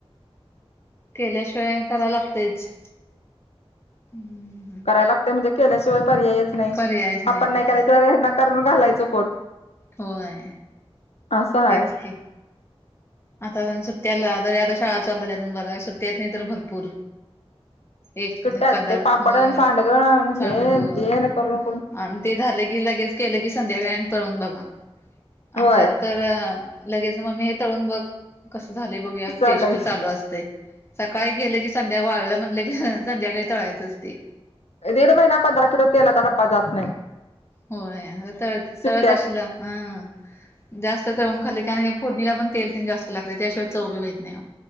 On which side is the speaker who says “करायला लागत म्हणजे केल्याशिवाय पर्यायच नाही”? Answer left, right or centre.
Left